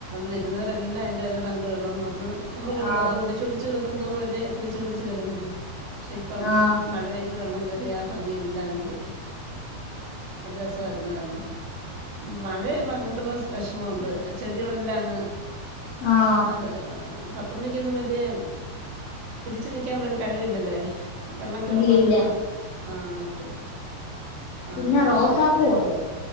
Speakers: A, on the right; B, on the left.
A: വരുന്നവരെല്ലാം അയ്ന്റെ ഒരു തണ്ട് വെണോന്ന് പറഞ്ഞ് നമ്മള് കൊടുക്കും
B: ആ
A: അത് ഒടിച്ച് ഒടിച്ച് വെക്കുന്തോറു അല്ലേ അത് കിളിച്ച് കിളിച്ച് ച്ച് വരുന്നത്. പക്ഷേ ഇപ്പം
B: ആ
A: മഴ പെയ്ത് വെള്ളം കയറിയ ആ ഭംഗിയെല്ലാം അങ്ങ് പോയി. അത് രസായിരുന്നു കാണാൻ ഉം <unintelligible> മഴ പെയുമ്പോ അങ്ങനത്തുള്ള വിഷമം ഉണ്ട് ചെടികളെല്ലാംങ്ങ്
B: ആ
A: അത് പത്ത് മണിക്കൊന്നും വലിയ പിടിച്ച് നിൽക്കാനുള്ളൊരു കഴിവില്ലല്ലേ വെള്ളം കയറുമ്പോൾ
B: ഇല്ലില്ല
A: അങ്ങ് ആ പോവും. ആ
B: പിന്നെ
A: പർഞ്ഞതായിപ്പോ
B: റോസാപ്പൂ ഉണ്ട്.